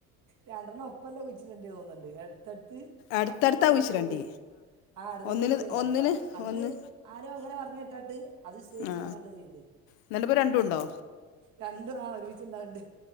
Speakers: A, on the right; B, on the left.
A: രണ്ടെണ്ണം ഒപ്പല്ലാ കുഴിച്ചിടേണ്ട്യേ തോന്നുന്നുണ്ട് അടുത്തടുത്ത്
B: അടുത്തടുത്താ
A: അപ്പുറത്തിപ്പുറത്തായിട്ട്
B: കുഴിച്ചിടേണ്ടി
A: പോയി ആ അടുത്തടുത്ത്
B: ഒന്നിന് ഒന്നിന്
A: <unintelligible> അപ്പ അന്ന്
B: ഒന്ന്
A: ആരോ അങ്ങനെ പറഞ്ഞ് കേട്ടട്ട് അത് വിശ്വസിച്ച്
B: ആ
A: ഞാനത് ചെയ്ത്
B: എന്നിട്ടിപ്പോ രണ്ടും ഉണ്ടോ
A: രണ്ടും ആ ഒരുമിച്ചിണ്ടാവണ്ട്